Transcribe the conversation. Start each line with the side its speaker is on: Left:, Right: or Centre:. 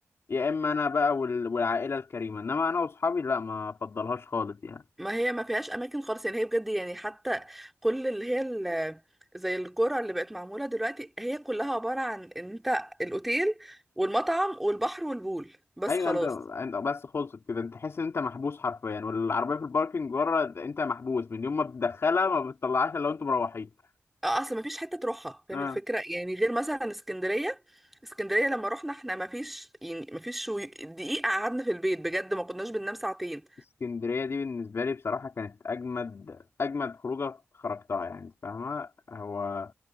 Left: يا اما انا بقى وال- والعائله الكريمه انما انا واصحابي لا ما افضلهاش خالص يعني
Centre: ما هي ما فيهاش اماكن خالص يعني هي بجد يعني حتى كل اللي هي ال- زي القرى اللي بقت معموله دلوقتي هي كلها عباره عن ان انت الاوتيل والمطعم والبحر والبول بس
Left: ايوه
Centre: خلاص
Left: انت انت بس خلصت كده انت تحس ان انت محبوس حرفيا والعربيه في الباركنج بره د- انت محبوس من يوم ما بتدخلها ما بتطلعهاش الا وانتوا مروحين
Centre: اه اصل ما فيش حته تروحها فاهم
Left: اه
Centre: الفكره يعني غير مثلا اسكندريه اسكندريه لما رحنا احنا ما فيش يعني ما فيش شوي- دقيقه قعدنا في البيت بجد ما كناش بننام ساعتين
Left: اسكندريه دي بالنسبه لي بصراحه كانت اجمد اجمد خروجه خرجتها يعني فاهمه هو